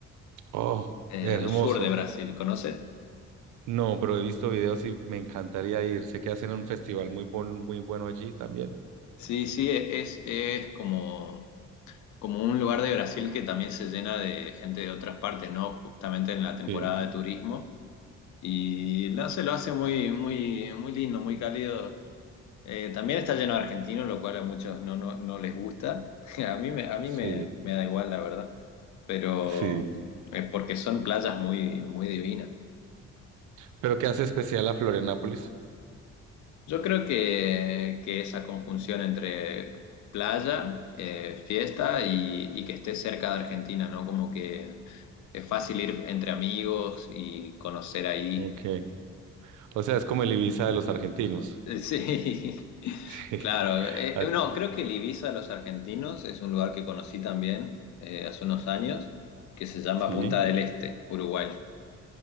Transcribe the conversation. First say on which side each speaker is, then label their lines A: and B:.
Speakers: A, on the right; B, on the left.
A: Oh,
B: eh,
A: hermoso.
B: el sur de Brasil, ¿conoces?
A: No, pero he visto videos y me encantaría ir. Sé que hacen un festival muy bon- muy bueno allí también.
B: Sí, sí, e, es, es como, como un lugar de Brasil que también se llena de gente de otras partes, ¿no? Justamente en la temporada
A: Sí,
B: de turismo. Y no se lo hace muy, muy, muy lindo, muy cálido. Eh, también está lleno de argentinos, lo cual a muchos no, no, no les gusta. <laughs> A mí me, a mí
A: sí,
B: me, me da igual, la verdad. Pero
A: Sí.
B: es porque son playas muy, muy divinas.
A: Pero ¿qué hace especial a Florianápolis?
B: Yo creo que, que esa conjunción entre playa, eh, fiesta y, y que esté cerca de Argentina, ¿no? Como que es fácil ir entre amigos y conocer ahí.
A: ok. O sea, es como el Ibiza de los argentinos.
B: Sí, <laughs>
A: <laughs>
B: claro. Eh,
A: Ah,
B: eh, no, creo que el Ibiza de los argentinos es un lugar que conocí también eh, hace unos años, que se llama
A: sí,
B: Punta del Este, Uruguay.